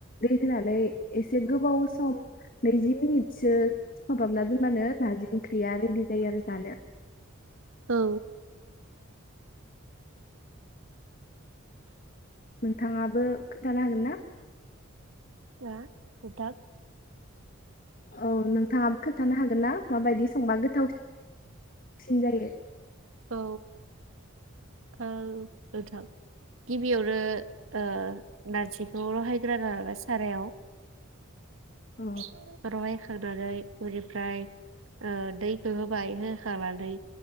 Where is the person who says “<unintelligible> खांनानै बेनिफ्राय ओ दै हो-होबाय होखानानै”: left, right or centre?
Right